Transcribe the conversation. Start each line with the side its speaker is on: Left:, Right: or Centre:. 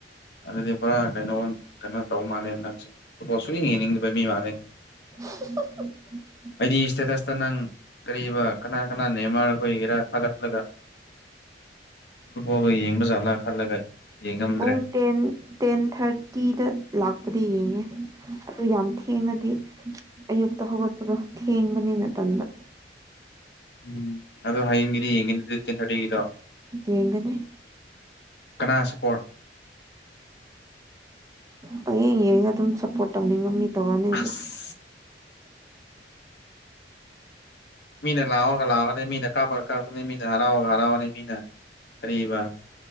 Left: ꯑꯗꯨꯗꯤ ꯄꯨꯔꯥ ꯀꯩꯅꯣ ꯀꯩꯅꯣ ꯇꯧ ꯃꯥꯜꯂꯦ ꯅꯪꯁꯦ ꯐꯨꯠꯕꯣꯜ ꯁꯨꯌꯦꯡ ꯌꯦꯡꯅꯤꯡꯗꯕ ꯃꯤ ꯃꯥꯜꯂꯦꯅꯦ
Right: <inaudible>
Left: ꯑꯩꯗꯤ ꯁ꯭ꯇꯦꯇꯁꯇ ꯅꯪ ꯀꯔꯤꯕ ꯀꯅꯥ ꯀꯅꯥ ꯅꯦꯃꯔ ꯍꯣꯏꯒꯦꯔꯥ ꯊꯥꯒꯠꯂꯒ ꯐꯨꯠꯕꯣꯜꯒ ꯌꯦꯡꯕꯖꯥꯠꯂꯥ ꯈꯜꯂꯒ ꯌꯦꯡꯉꯝꯗ꯭ꯔꯦ
Right: ꯄꯨꯡ ꯇꯦꯟ ꯇꯦꯟꯊꯥꯔꯇꯤꯗ ꯂꯥꯛꯄꯗꯤ ꯌꯦꯡꯉꯦ ꯑꯗꯨ ꯌꯥꯝ ꯊꯦꯡꯉꯗꯤ ꯑꯌꯨꯛꯇ ꯍꯧꯒꯠꯄꯗꯣ ꯊꯦꯡꯕꯅꯤꯅ ꯇꯟꯕ
Left: ꯎꯝ ꯑꯗꯣ ꯍꯌꯦꯡꯒꯤꯗꯤ ꯌꯦꯡꯒꯤꯅꯤ ꯑꯗꯨꯗꯤ ꯇꯦꯟ ꯊꯥꯔꯇꯤꯒꯤꯗꯣ
Right: ꯌꯦꯡꯒꯅꯤ
Left: ꯀꯅꯥ ꯁꯞꯄꯣꯔꯠ
Right: ꯄꯌꯦꯡ ꯌꯦꯡꯉ ꯑꯗꯨꯝ ꯁꯞꯄꯣꯔꯠ ꯇꯧꯅꯤꯡꯕ ꯃꯤ ꯇꯧꯔꯅꯤ ꯑꯩꯗꯤ
Left: ꯑꯁ ꯃꯤꯅ ꯂꯥꯎꯑꯒ ꯂꯥꯎꯒꯅꯤ ꯃꯤꯅ ꯀꯥꯞꯄꯒ ꯀꯥꯞꯀꯅꯤ ꯃꯤꯅ ꯍꯔꯥꯎꯔꯒ ꯍꯔꯥꯎꯒꯅꯤ ꯃꯤꯅ ꯀꯔꯤꯕ